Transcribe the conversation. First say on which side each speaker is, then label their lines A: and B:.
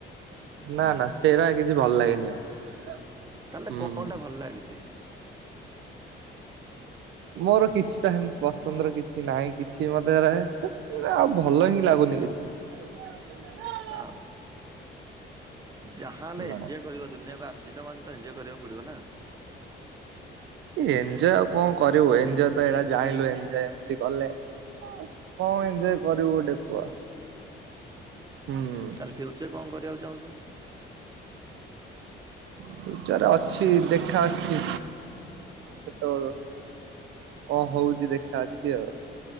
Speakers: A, on the right; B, on the right.
A: ନା
B: ଉୁଁ
A: ନା
B: ହୁଁ
A: ସେଇଟା କିଛି ଭଲ ଲାଗେନି ଆଉ।
B: ତାହେଲେ
A: ହୁଁ।
B: କଣ ଟା ଭଲ ଲାଗେ?
A: ମୋର କିଛି ଟା ସେମିତି ପସନ୍ଦର କିଛି ନାହିଁ କିଛି ମତେ ଆଉ ଭଲ ହିଁ ଲାଗୁନି କିଛି। <inaudible>
B: ଆଉ ଯାହା ହେଲେ
A: ନା
B: ଏଞଜୟ କରିବ ଦୁନିଆକୁ ଆସିଛ ମାନେ ତ ଏଞ୍ଜୟ କରିବାକୁ ପଡ଼ିବ ନା।
A: ଏଞ୍ଜୋୟ୍ ଆଉ କଣ କରିବୁ ଏଞ୍ଜୋୟ୍ ତ ଏଇଟା ଜାଣିଲୁ ଏନଜୟ ଏମିତି କଲେ। କଣ ଏଞ୍ଜୟ କରିବୁ ଗୋଟେ କୁହ। ହୁଁ
B: ତାହଲେ ଫ୍ୟୁଚର କଣ କରିବାକୁ ଚାହୁଁଛନ୍ତି?
A: ପିଉଚର ଅଛି ଦେଖା ଅଛି। ସେତେବେଳ କଣ ହଉଛି ଦେଖା ଅଛି ଆଉ।